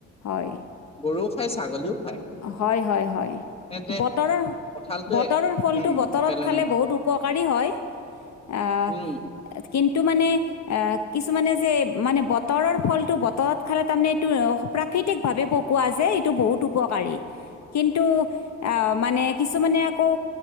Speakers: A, on the left; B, on the left.
A: হয়।
B: গৰুও খাই ছাগলীও। খায়
A: হয়, হয়, হয়
B: তেন্তে
A: বতৰৰ।
B: কঁঠালটোৱে
A: বতৰৰ ফলটো
B: উম
A: বতৰত
B: পেলনীয়া
A: খালে
B: নহয়
A: বহুত উপকাৰী হয় আহ।
B: উম
A: কিন্তু মানে। আহ, কিছুমানে যে মানে বতৰৰ ফলটো বতৰত খালে তাৰমানে এইটো। প্ৰাকৃতিকভাৱে পকোৱা যে এইটো বহুত উপকাৰী কিন্তু। আহ, মানে কিছুমানে আকৌ।